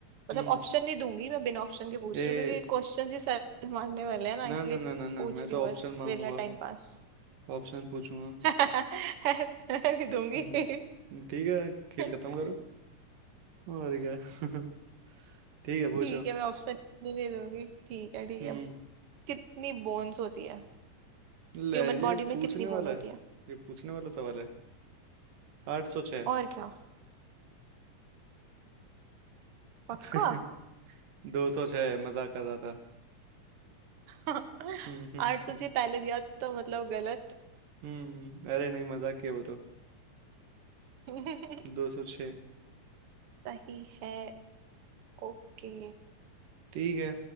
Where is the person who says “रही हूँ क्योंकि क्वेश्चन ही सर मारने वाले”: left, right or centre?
Right